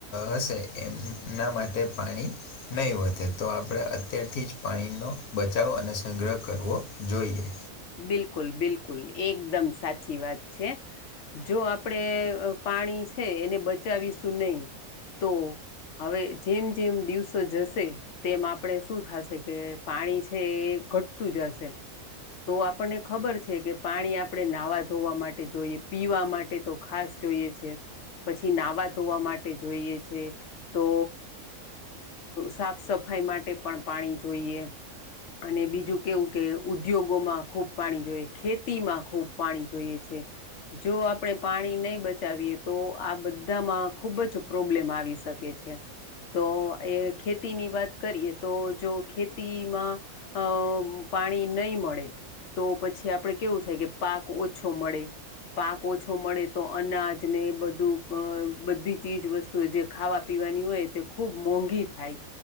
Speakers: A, on the left (about 80°); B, on the left (about 60°).
A: હશે એમના માટે પાણી નહીં વધે તો આપણે અત્યારથી જ પાણીનો બચાવ અને સંગ્રહ કરવો જોઈએ.
B: બિલકુલ બિલકુલ એકદમ સાચી વાત છે. જો આપણેે પાણી છે એને બચાવીશું નહી તો? હવે જેમ જેમ દિવસો જશે. તેમ આપણે શું થશે કે પાણી છે એ ઘટતું જ હશે. તો આપણને ખબર છે કે પાણી આપણે નાહવા ધોવા માટે જોઈએ પીવા માટે તો ખાસ. જોઈએ છે પછી નાહવા ધોવા માટે જોઈએ છે. તો સાફ સફાઈ માટે પણ પાણી જોઈએ. અને બીજું કેવું કે ઉદ્યોગ. ગોમાં ખૂબ પાણી જોઈએ ખેતીમાં ખૂબ પાણી જોઈએ છે. જો આપણે પાણી નહી બચાવીએ તો આ બધામાં ખુબ જ પ્રોબ્લેમ આવીશ કે છે તો એ ખેતીની વાત કરીએ તો જો ખેતીમાં. અ પાણી નહી મળે. તો પછી આપડે કેવું થાય કે પાક ઓછો મળે. પાક ઓછો મળે તો અનાજ ને બધું અ બધી ચીજ વસ્તુ. તો જે ખાવા પીવાની હોય તે ખૂબ મોંઘી ખાય.